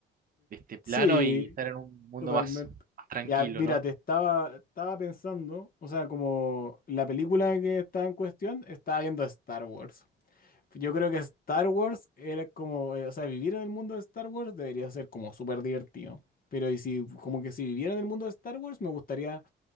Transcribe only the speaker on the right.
este plano
y estar en un mundo
más, más tranquilo,
¿no?